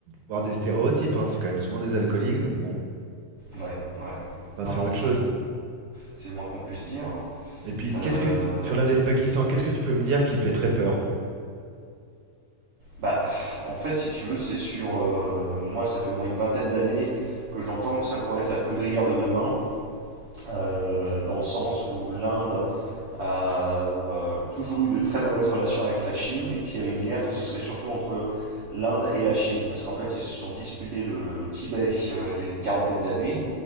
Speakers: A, on the right; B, on the right.
A: voir des stéréotypes. hein. C'est quand même souvent des alcooliques, donc bon,
B: Ouais, ouais.
A: enfin,
B: Non,
A: c'est
B: non,
A: autre
B: c'est
A: chose.
B: c'est le moins qu'on puisse dire.
A: Et puis,
B: Euh,
A: qu'est-ce que tu- sur l'Inde et le Pakistan, qu'est-ce que tu peux me dire qui fait très peur?
B: bah, pff, en fait, si tu veux, c'est sur... euh, moi, ça fait au moins une vingtaine d'années que j'entends que ça pourrait être la poudrière de demain, euh, dans le sens où l'Inde a euh, toujours eu de très mauvaises relations avec la Chine et que s'il y avait une guerre, ce serait surtout entre l'Inde et la Chine, parce qu'en fait, ils se sont disputés le Tibet euh, il y a une quarantaine d'années,